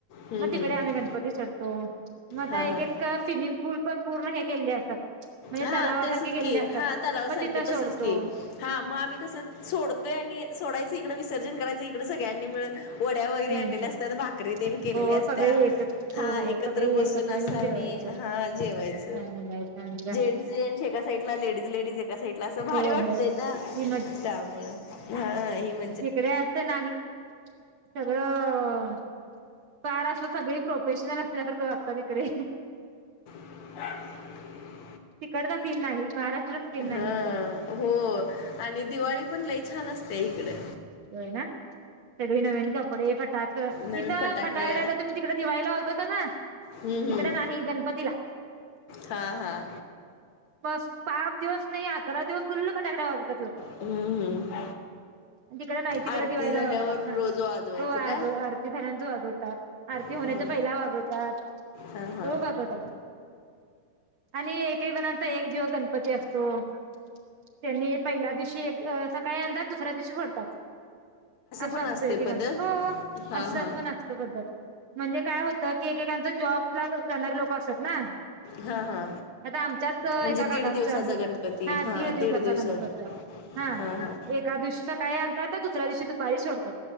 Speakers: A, on the left (about 75°); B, on the right (about 80°).
A: हम्म
B: मग तिकडे
A: हम्म
B: आम्ही गणपती सोडतो, मग आता
A: हा
B: एक-
A: हा
B: एक स्विमिंग पूल पण पूर्ण हे केलेले असतात. म्हणजे
A: हा
B: तलावासारखे
A: तेसच
B: केलेले
A: की
B: असतात
A: हा तलावासारखे
B: मग तिथं सोडतो
A: तसच की हा मग आम्ही कस सोडतोय आणि सोडायचं इकडे विसर्जन करायचं. इकडं सगळ्यांनी मिळून वड्या वगैरे
B: म्हणजे
A: आणलेल्या असतात. भाकरी तेन केलेल्या
B: हो
A: असत्या
B: सगळे एक
A: हा
B: हो हो
A: एकत्र
B: सगळे
A: बसून
B: एकत्र
A: अस
B: येऊन
A: आम्ही
B: जेवायचं
A: हा जेवायच
B: चांगलं आहे चांगलं
A: जेंट्स एका साईड ला लेडीज लेडीज एका साइड ला असं भारी
B: हो होय
A: वाटते
B: होय. ती
A: ना त्यामुळे, हा एम
B: इकडे असं नाही. सगळं फार अस सगळी प्रोफेशनल असल्यासारखं वागतात. इकडे
A: ह <unintelligible>
B: तिकडचा फील नाही. महाराष्ट्र सीन नाही
A: हा हो आणि दिवाळी पण लई छान असते इकडे.
B: होय नां. सगळी नवीन कापडे फटाक इथं
A: नवीन फटाके
B: फटाकड्या तुम्ही तिकड दिवाळीला वाजवतो नां.
A: हम्म
B: इकड
A: हम्म
B: नाही. गणपतीला,
A: हा हा
B: बस पाच दिवस नाही. अकरा दिवस फुल्ल फटाकड्या वाजवतात लोक.
A: हम्म.
B: तिकडे नाही तिकड
A: आरती
B: दिवाळीला
A: झाल्यावर
B: वाजवतात ना.
A: रोज वाजवायचं
B: हो. आगं,
A: काय
B: आरती झाल्यां नंतर वागवतात. आरती
A: हो
B: होण्याचा पहिला वागवतात.
A: हा हा
B: धुहू का आता. आणि एकेक जणांत. एक दिवस गणपती असतो त्यांनी पहिल्या दिवशी एक अ सकाळी आणतात. दुसऱ्या दिवशी सोडतात. असं
A: पण
B: असतंय.
A: असते
B: एकेकाच
A: पद्धत हा
B: असं
A: हा
B: पण असतं. पद्धत म्हणजे काय होतं ते एकेकांच जॉबला जाणारी लोक असतात ना.
A: हा हा.
B: आता आमच्यात
A: म्हणजे
B: एका काकांचा
A: दीड दिवसाचा
B: आहेहा
A: गणपती हा
B: दीड दिवसाचा
A: दिवसात
B: गणपती आहे हं.
A: हा हा
B: एका दिवशी सकाळी आणतात. दुसऱ्या दिवशी दुपारी सोडतात.